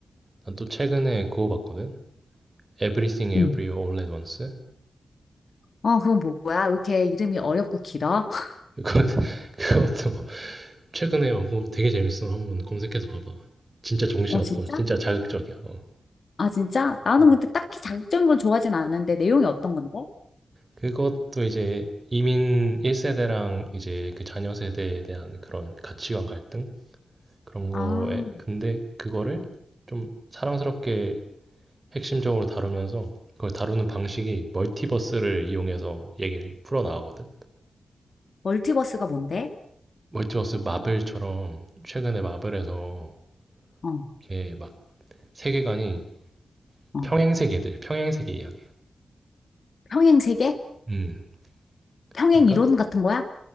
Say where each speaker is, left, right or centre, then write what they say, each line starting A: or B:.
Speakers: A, on the right; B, on the left.
A: 난또 최근에 그거 봤거든? Everything Everywhere
B: 응.
A: All at Once?
B: 어, 그건 뭐- 뭐야? 왜 이렇게 이름이 어렵고 길어? <laughs>
A: 그거, <laughs> 그것도 최근에, 어, 그거 되게 재밌어. 한번 검색해서 봐봐. 진짜 정신없고,
B: 어, 진짜?
A: 진짜 자극적이야. 어.
B: 아, 진짜? 나는
A: 음.
B: 근데 딱히 자극적인 걸 좋아하진 않는데 내용이 어떤 건데?
A: 그것도 이제 이민 1세대랑 이제 그 자녀 세대에 대한 그런 가치관 갈등? 그런 거에
B: 아,
A: 근데 그거를 좀 사랑스럽게 핵심적으로 다루면서 그걸 다루는 방식이 멀티버스를 이용해서 얘기를 풀어 나가거든.
B: 멀티버스가 뭔데?
A: 멀티버스 마블처럼 최근에 마블에서
B: 어,
A: 이렇게 막 세계관이
B: 어,
A: 평행세계들, 평행세계 이야기.
B: 평행 세계?
A: 음.
B: 평행
A: 그러니까
B: 이론 같은 거야?